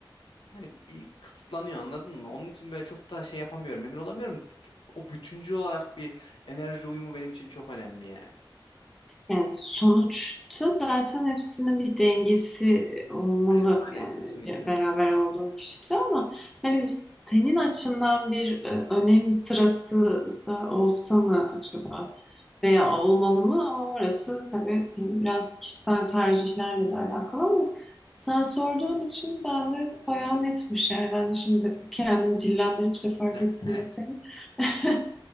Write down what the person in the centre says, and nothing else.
Yani sonuçta zaten hepsinin bir dengesi e, olmalı
yani
be- beraber olduğun kişide ama hani senin açından bir e, önem sırası da olsa mı acaba veya olmalı mı? Orası tabii e, biraz kişisel tercihlerle de alakalı ama sen sorduğun için ben de bayağı netmiş yani ben de şimdi kendim dillendirince fark
ettim mesela. <laughs>